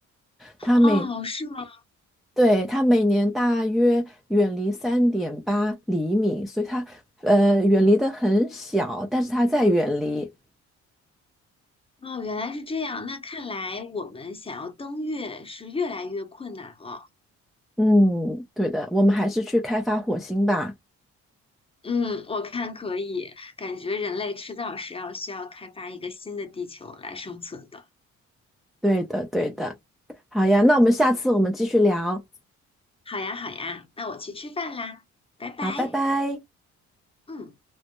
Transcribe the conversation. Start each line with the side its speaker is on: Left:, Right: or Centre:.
Centre: 它每
Left: 哦，是吗？
Centre: 对，它每年大约远离三点八厘米，所以它呃远离的很小，但是它在远离。
Left: 哦，原来是这样。那看来我们想要登月是越来越困难了。
Centre: 嗯，对的，我们还是去开发火星吧。
Left: 嗯，我看可以，感觉人类迟早是要需要开发一个新的地球来生存的。
Centre: 对的，对的。好呀，那我们下次我们继续聊。
Left: 好呀，好呀，那我去吃饭啦，拜拜。
Centre: 好，拜拜。
Left: 嗯。